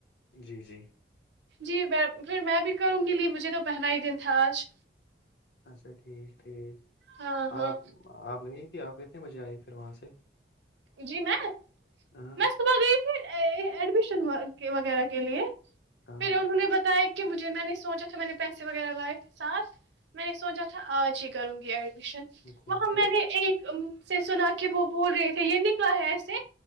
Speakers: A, on the left; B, on the right.
A: جی جی
B: جی پھر میں بھی کروں گی لی مجھے تو پہنا ہی دن تھا آج
A: اچھا ٹھیک ٹھیک
B: ہاں ہاں
A: آپ آپ گئی آپ کتنے بجے آئی پھر وہاں سے
B: جی میں
A: ہاں
B: میںس گئی ایڈمیشن وغیرہ کے لیے
A: ہاں
B: پھر انہوں نے بتایا کہ مجھے میں نے سوچا تھا میں نے پیسے وغیرہ لائے تھے ساتھ میں نے سوچا تھا آج ہی کروں گی آ
A: جی
B: وہاں
A: پھر
B: میں نے ایک سنا کہ وہ بول یہ نکلا ہے ایسے